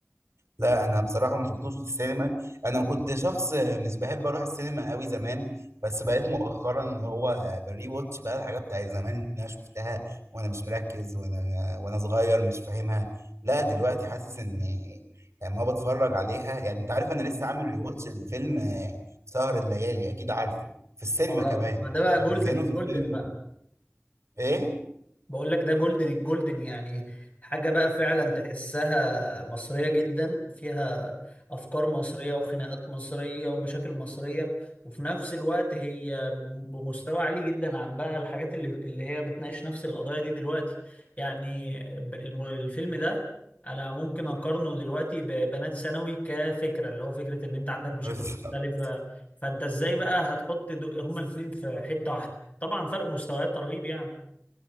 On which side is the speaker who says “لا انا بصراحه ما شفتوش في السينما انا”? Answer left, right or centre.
Right